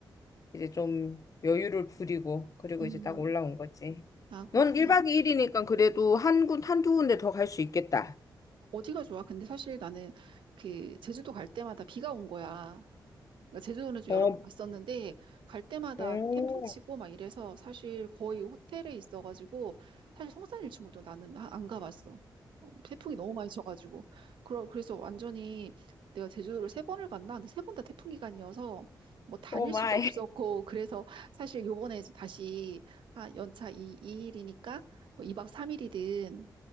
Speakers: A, on the left; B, on the right.
A: 이제 좀 여유를 부리고 그리고
B: 음.
A: 이제 딱 올라온 거지.
B: 아, 그렇구나.
A: 넌 1박 2일이니까 그래도 한 군, 한두 군데 더 갈 수 있겠다.
B: 어디가 좋아? 근데 사실 나는 그 제주도 갈 때마다 비가 온 거야. 그러니까 제주도는 좀
A: 어,
B: 여러 번 갔었는데 갈 때마다
A: 음,
B: 태풍 치고 막 이래서 사실 거의 호텔에 있어가지고 사실 성산일출봉도 나는 하- 안 가봤어. 어, 태풍이 너무 많이 쳐가지고 그러, 그래서 완전히 내가 제주도를 세 번을 갔나? 근데 세 번 다 태풍 기간이어서 뭐 다닐
A: 오 마이.
B: 수도 없었고 <laughs> 그래서 사실 요번에 이제 다시 아 연차 이이일이니까뭐 2박 3일이든